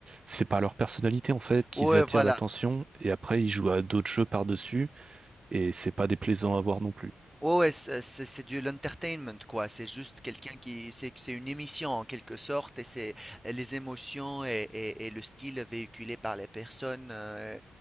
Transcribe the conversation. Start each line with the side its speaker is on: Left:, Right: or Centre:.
Right: c'est par leur personnalité, en fait, qu'ils
Centre: Ouais,
Right: attirent
Centre: voilà.
Right: l'attention et après, ils jouent à d'autres jeux par-dessus et c'est pas déplaisant à voir non plus.
Centre: Ouais, ouais, c'est c'est c'est de l'entertainment, quoi. C'est juste quelqu'un qui, c'est c'est une émission en quelque sorte, et c'est euh, les émotions et, et- et le style véhiculé par les personnes euh,